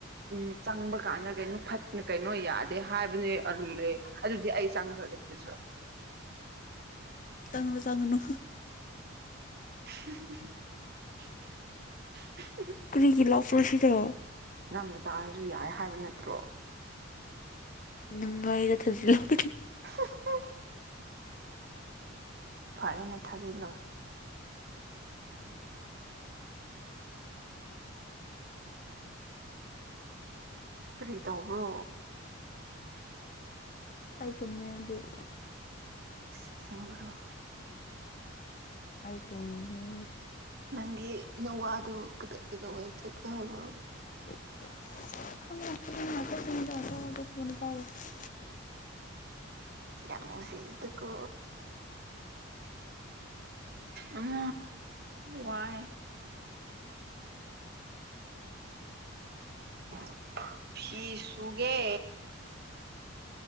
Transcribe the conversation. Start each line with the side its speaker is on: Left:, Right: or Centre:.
Right: ꯎꯝ ꯆꯪꯕ ꯀꯥꯟꯗ ꯀꯩꯅꯣ ꯐꯠꯇꯦ ꯀꯩꯅꯣ ꯌꯥꯗꯦ ꯍꯥꯏꯕꯅꯦ ꯇꯜꯂꯦ ꯑꯗꯨꯗꯤ ꯑꯩ ꯆꯪꯈ꯭ꯔꯒꯦ ꯑꯗꯨꯁꯨ꯫
Left: ꯆꯪꯉꯥꯅꯨ ꯆꯪꯉꯥꯅꯨ꯫
Right: <unintelligible>
Left: ꯀ꯭ꯔꯤꯒꯤ ꯂꯥꯛꯄ꯭ꯔꯣ ꯁꯤꯗ꯫
Right: ꯅꯪꯅ ꯇꯥꯔꯁꯨ ꯌꯥꯏ ꯍꯥꯏꯕ ꯅꯠꯇ꯭ꯔꯣ꯫
Left: ꯅꯪꯂꯥꯏꯗ ꯊꯖꯤꯜꯂꯛꯀꯅꯤ꯫
Right: <unintelligible> ꯐꯔꯦꯅꯦ ꯊꯥꯖꯤꯜꯂꯣ꯫ ꯀꯔꯤ ꯇꯧꯕ꯭ꯔꯣ꯫
Left: ꯑꯩ ꯇꯨꯝꯃꯦ ꯍꯧꯖꯤꯛ꯫
Right: ꯏꯁ ꯑꯁꯦꯡꯕꯥꯔꯣ꯫
Left: ꯑꯩ ꯇꯨꯝ꯫ ꯃꯦ꯫
Right: ꯅꯪꯒꯤ ꯅꯋꯥꯗꯣ ꯀꯗ ꯀꯩꯗꯧꯉꯩ ꯆꯠꯀꯦ ꯍꯥꯏꯕ꯭ꯔꯣ꯫
Left: <unintelligible>
Right: ꯌꯥꯝ ꯅꯨꯡꯁꯤꯗꯥꯀꯣ꯫ ꯑꯪ ꯋꯥꯏꯌꯦ꯫ <unintelligible> ꯐꯤ ꯁꯨꯒꯦ꯫